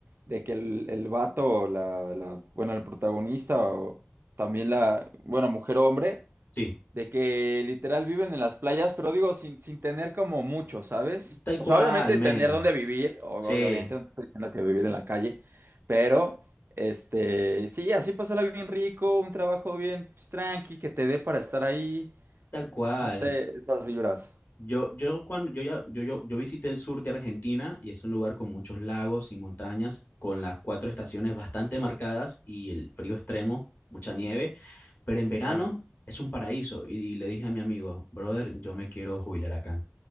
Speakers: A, on the right (about 65°); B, on the left (about 55°).
A: de que el, el vato, o la, la, bueno, el protagonista, o también la, bueno, mujer o hombre
B: Sí.
A: de que literal viven en las playas, pero digo, sin, sin tener como mucho, ¿sabes?
B: Tal
A: O
B: cual,
A: sea, obviamente
B: men.
A: tener dónde vivir, o-
B: Sí,
A: obviamente no te estoy diciendo que vivir en la calle, pero este, sí, así pasarla bien rico, un trabajo bien pues, tranqui, que te dé para estar ahí,
B: tal cual.
A: no sé, esas vibras.
B: Yo, yo cuando yo ya yo, yo, yo visité el sur de Argentina y es un lugar con muchos lagos y montañas, con las cuatro estaciones bastante marcadas y el frío extremo, mucha nieve, pero en verano
A: Claro.
B: es un paraíso. Y, le dije a mi amigo, brother, yo me quiero jubilar acá.